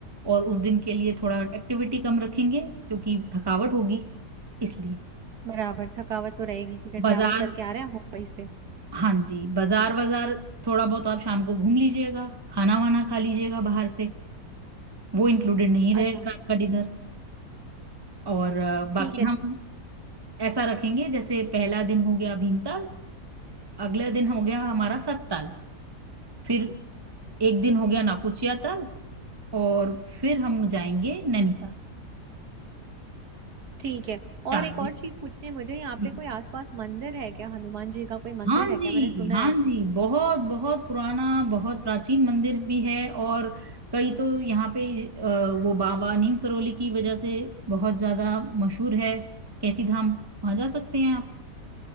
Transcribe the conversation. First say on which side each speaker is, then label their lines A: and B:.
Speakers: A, on the right; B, on the right.
A: और उस दिन के लिए थोड़ा एक्टिविटी कम रखेंगे क्योंकि थकावट होगी इसलिए
B: बराबर थकावट तो रहेगी क्योंकि
A: बाजार
B: ट्रैवल करके आ रहे हैं हम मुंबई से
A: हाँ जी बाजार बाजार थोड़ा बहुत आप शाम को घूम लीजिएगा खाना वाना खा लीजिएगा बाहर से वो इंक्लूडेड नहीं
B: अच्छा
A: रहेगा रात का डिनर और अ, बाकी
B: ठीक है
A: हम ऐसा रखेंगे जैसे पहला दिन हो गया भीमताल अगला दिन हो गया हमारा सतताल फिर एक दिन हो गया नाकुचिया ताल और फिर हम जाएंगे नैनीताल
B: ठीक है और
A: चार
B: एक और चीज पूछनी है मुझे यहाँ
A: दिन
B: पे कोई आसपास मंदिर है क्या हनुमान जी का कोई मंदिर
A: हाँ
B: है
A: जी
B: क्या मैंने सुना
A: हाँ
B: है
A: जी बहुत बहुत पुराना बहुत प्राचीन मंदिर भी है और कई तो यहाँ पे अ, वो बाबा नीम करोली की वजह से बहुत ज्यादा मशहूर है कैची धाम वहां जा सकते हैं आप